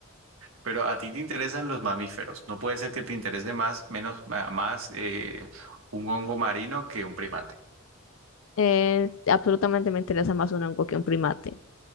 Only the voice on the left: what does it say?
Eh, absolutamente me interesa más un hongo que un primate.